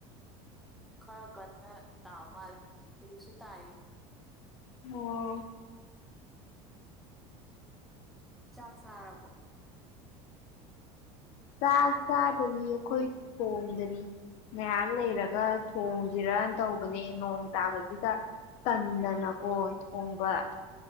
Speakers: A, in the centre; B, on the left.
A: ꯈꯔ ꯀꯟꯅ ꯇꯥꯃꯥꯜꯂꯦ ꯍꯧꯖꯤꯛꯁꯨ ꯇꯥꯌꯦ
B: ꯑꯣ
A: ꯆꯥꯛ ꯆꯥꯔꯕꯣ
B: ꯆꯥꯛ ꯆꯥꯗꯔꯤ ꯑꯩꯈꯣꯏ ꯊꯣꯡꯗꯔꯤ ꯉꯥꯏꯍꯥꯛ ꯂꯩꯔꯒ ꯊꯣꯡꯁꯤꯔ ꯇꯧꯕꯅꯦ ꯅꯣꯡ ꯇꯥꯕꯁꯤꯗ ꯇꯟꯗꯅꯀꯣ ꯊꯣꯡꯕ